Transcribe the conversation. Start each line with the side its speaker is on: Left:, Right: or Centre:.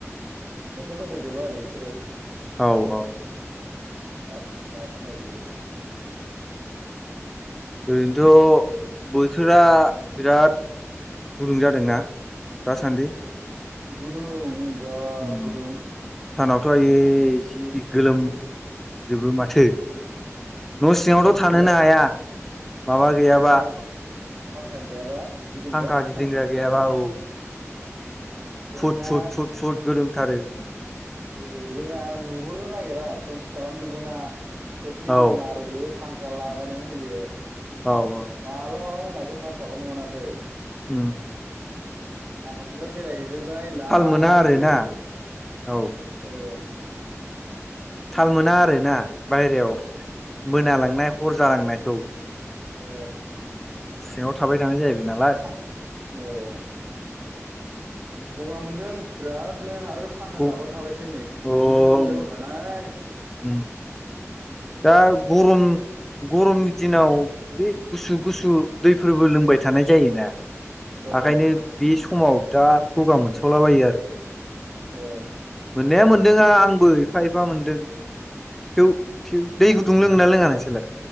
Right: मेथाइयाव दंफैजोबो आरो बिसोरो
Centre: औ औ
Right: लास लास होनजोबो
Centre: ओरैन्थ' बोथोरा बिराद गुदुं जादोंना दासान्दि?
Right: गुदुं बिराद
Centre: उम
Right: गुदुं
Centre: सानावथ' आयै जि गोलोमजोबो माथो न' सिङावथ'
Right: दरजा
Centre: थानोनो हाया माबा गैयाबा
Right: जोंहा फांखा गैयाबा गिदिंग्रा
Centre: फांखा
Right: <unintelligible>
Centre: गिदिंग्रा गैयाबा औ
Right: जोंहा
Centre: फुट फुट फुट फुट गोरोम थारो
Right: ए जोंहा नुहुरनो नागिरा खोमसि खालामजोबो ना खोरखि
Centre: औ
Right: दर मारिजोबो। फांखा लागायनानै होयो
Centre: औ औ
Right: माला माला मोनाखो फाथथाखौनो मोनासै
Centre: ओम
Right: माखासेफ्रा बेरायहैजोबबाय लामानो
Centre: मोना आरोना
Right: बैयाव
Centre: औ
Right: ओं
Centre: थाल मोना आरोना बायेरायाव मोनालांनाय हर जालांनायखौ
Right: ओ
Centre: सिङाव थाबाय थानाय जाहैबाय
Right: <unintelligible>
Centre: नालाय
Right: औ गगा मोनदों बिरादनो आरो फांखा
Centre: अ
Right: जाबाय थाबायसै नै न'निफायनो
Centre: उम
Right: मोनजाबोखानाय
Centre: उम दा गरम गरमनि दिनाव बे गुसु गुसु दैफोरबो लोंबाय थानाय जायोना
Right: औ
Centre: आखायनो बि समाव बिराद गगा मोनसावलाबायो आरो
Right: ओ
Centre: नाया मोनदों आंबो एफा एफा मोनदों थेव थेव दै गुदुं लोङोना लोङा
Right: ओ
Centre: नोंसोरलाय